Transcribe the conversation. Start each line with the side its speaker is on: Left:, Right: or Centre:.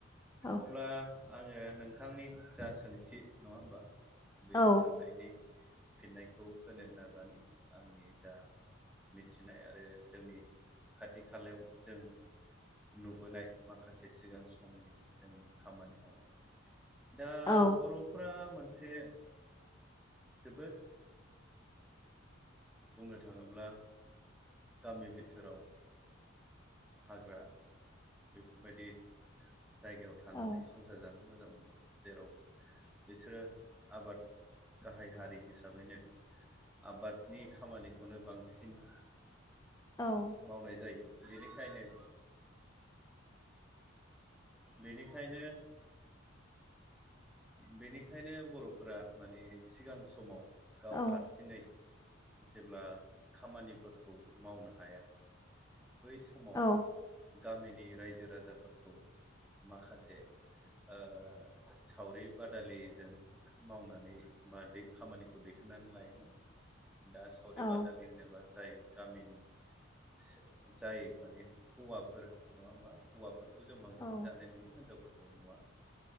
Left: औ
Centre: अब्ला आङो नों नोंथांनि जा सोंथि नंङा होमबा बे
Left: औ
Centre: सोंनायनि फिननायखौ होनो नाजानि आंनि जा मिथिनाय आरो जोंनि खाथि खालायाव जों नुबोनाय माखासे सिगां समनि जोंनि खामानि मावनाय दा
Left: औ
Centre: बर'फोरा मोनसे जोबोद बुंनो थाङोब्ला गामि बिथोराव हाग्रा बेफोरबायदि जायगायाव थानानै
Left: औ
Centre: संसार जानो मोजां मोनो जेराव बिसोरो आबाद गाहाय हारि हिसाबैनो आबाद नि खामानिखौनो बांसिन
Left: औ
Centre: मावनाय जायो बेनिखायनो बेनिखायनो बेनिखायनो बर'फोरा माने सिगां समाव गाव
Left: औ
Centre: हारसिङै जेब्ला खामानिफोरखौ मावनो हाया बै समाव।
Left: औ
Centre: गामिनि रायजो राजाफोरखौ माखासे ओ। सावरि बादालिजों। मावनानै बा दै खामानिखौ दैखांनानै लायोमोन। दा सावरि
Left: औ
Centre: बादालि होनोबा जाय गामिनि सो जाय माने हौवाफोर नङा होम्बा। हौवाफोरखौ जों बांसिन
Left: औ
Centre: जानाय नुयो हिनजावफोरखौ नुवा